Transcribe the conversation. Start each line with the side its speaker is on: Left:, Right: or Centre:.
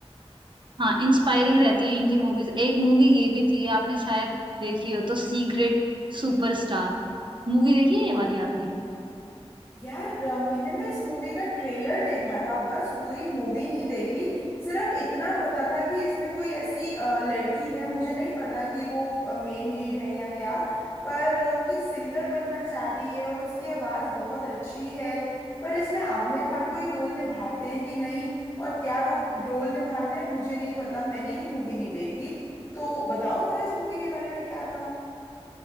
Right: हाँ इंस्पायरिंग रहती है इनकी मूवीज एक मूवी ये भी थी आपने शायद देखी हो तो सीक्रेट सुपरस्टार मूवी देखी है ये वाली आपने
Left: यार अ, मैंने ना इस मूवी का ट्रेलर देखा था बस पूरी मूवी नहीं देखी सिर्फ इतना पता था कि इसमें कोई ऐसी अ, लड़की है मुझे नहीं पता कि वो मेन लीड है या क्या पर अ, वो कोई सिंगर बनना चाह रही है और उसकी आवाज़ बहुत अच्छी है पर इसमें आमिर खान कोई रोल निभाते हैं कि नहीं और क्या रो, रोल निभाते हैं मुझे नहीं पता मैंने ये मूवी नहीं देखी तो बताओ थोड़ा इस मूवी के बारे में क्या था